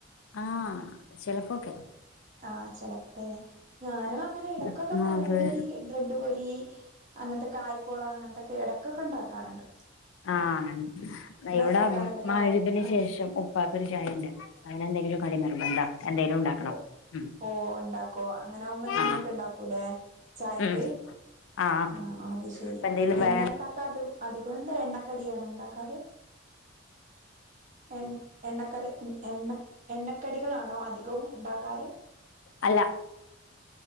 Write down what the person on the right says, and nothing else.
ആഹ് ചെലപ്പൊലേ ഞാനും അങ്ങനെ ഇടക്കൊക്കെ
പഴംപൊരീ ബ്രെഡ് പൊരീ അങ്ങൻത്ത കായ്പോള അങ്ങൻത്തെക്കെ എടക്കൊക്ക ഇണ്ടാകാറ്ണ്ട്.
ഉണ്ടാക്കാറുണ്ട് കായ്
ആഹ്
ഓഹ്
ഇണ്ടാക്കോ അങ്ങനെ ആവ്മ്പ എന്തെങ്കിലൊക്ക
ഇണ്ടാക്കൂലേ ചായക്ക്.
ആഹ് അത് ശെരി
എന്താണ്ടാക്ക
അത് അധികം എന്താ എണ്ണക്കടിയാണോ ഇണ്ടാക്കാറ് എൺ എണ്ണക്കറി എണ്ണ എണ്ണക്കടികളാണോ അധികവും ഉണ്ടാക്കാറ്?